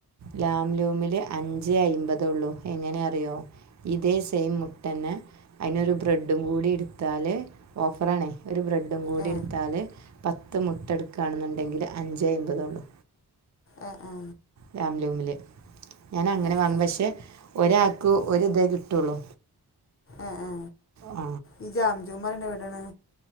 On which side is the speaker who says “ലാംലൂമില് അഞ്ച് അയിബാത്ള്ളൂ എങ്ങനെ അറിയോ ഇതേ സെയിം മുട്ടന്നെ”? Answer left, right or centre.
Right